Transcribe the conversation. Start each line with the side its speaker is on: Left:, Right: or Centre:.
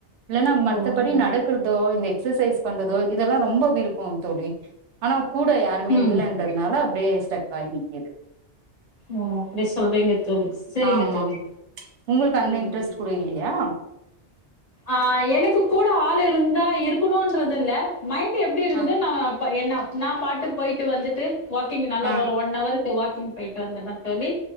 Right: இல்லன்னா மத்தபடி
Left: ஓ அந்த மாரி.
Right: நடக்கிறதோ இந்த எக்சசைஸ் பண்றதோ இதெல்லா ரொம்ப விருப்போ தோழி ஆனா கூட யாருமே
Left: ம்.
Right: இல்லன்றத்னால அப்டியே ஸ்டக் ஆகி நிக்குது
Left: ஓ அப்டி சொல்றீங்க தோழி சரிங்க
Right: ஆமா
Left: தோழி
Right: உங்களுக்கு அந்த
Left: ம்.
Right: இன்ட்ரஸ்ட் கூட இல்லையா
Left: ஆ எனக்கு கூட ஆள் இருந்தா இருக்கணுன்றதுல்ல மைண்ட்டு எப்டி இருக்குது
Right: ஆ
Left: நா பைய்யன்னா நா பாட்டு போய்ட்டு வந்துட்டு ப வாக்கிங் நல்லா
Right: ஆ
Left: ஒரு ஒன் அவர் தோ வாக்கிங் போய்ட்டு வந்துருவ தோழி